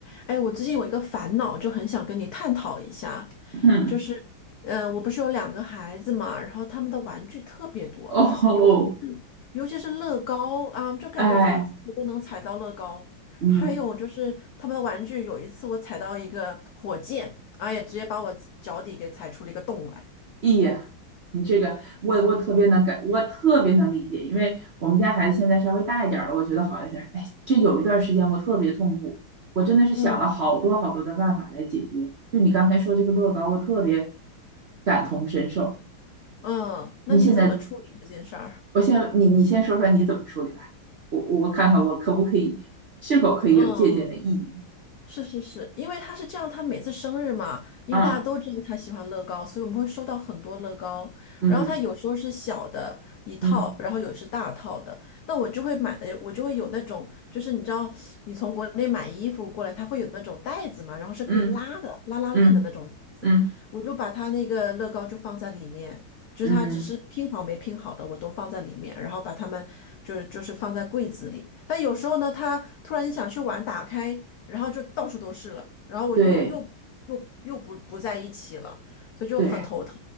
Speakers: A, on the left (about 85°); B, on the right (about 70°).
A: 哎，我最近有一个烦恼，就很想跟你探讨一下，
B: 嗯，
A: 就是，呃，我不是有两个孩子嘛，然后他们的玩具特别多，
B: 哦，哦
A: 尤其是尤其是乐高啊，就感觉到处都能踩到乐高。
B: 哎，嗯，
A: 还有就是他们的玩具，有一次我踩到一个火箭，哎呀，直接把我脚底给踩出了一个洞来。
B: 咦呀，你这个我我特别能感，我特别能理解，因为我们家孩子现在稍微大一点儿了，我觉得好一点儿。哎，这有一段时间我特别痛苦，我真的是想了好多好多的办法来解决。
A: 嗯
B: 就你刚才说这个乐高，我特别感同身受。
A: 嗯，那你怎么处理这件事儿？
B: 你现在，我现在你你先说说你怎么处理的，我我看看我可不可以，是否可以有借鉴的意义？
A: 嗯是是是，因为他是这样，他每次生日嘛，因为大家都知道他喜欢乐高，
B: 嗯
A: 所以我们会收到很多乐高。
B: 嗯嗯
A: 然后他有时候是小的一套，
B: 嗯
A: 然后有是大套的。那我就会买的，我就会有那种，就是你知道，你从国内买衣服过来，它会有那种袋子嘛，然后是可以拉的，
B: 嗯
A: 拉拉链的那种袋子。
B: 嗯嗯
A: 我就把它那个乐高就放在里面，就是它只是拼好没拼好的，
B: 嗯。嗯
A: 我都放在里面，然后把它们就是就是放在柜子里。但有时候呢，它突然你想去玩，打开，然后就到处都是了，然后我又又又又不不在一起了，
B: 对
A: 所以就很头疼。
B: 对